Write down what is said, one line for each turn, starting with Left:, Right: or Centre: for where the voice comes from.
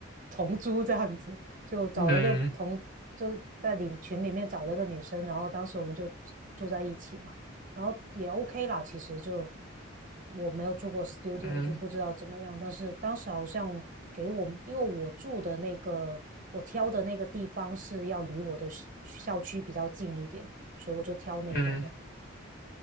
Right: 同租这样子，就找了个同，
Left: 嗯
Right: 就在里群里面找了个女生，然后当时我们就住在一起嘛。然后也 OK 啦，其实就我没有住过 studio，
Left: 嗯
Right: 就不知道怎么样。但是当时好像给我，因为我住的那个，我挑的那个地方是要离我的校校区比较近一点，所以我就挑那个这样。
Left: 嗯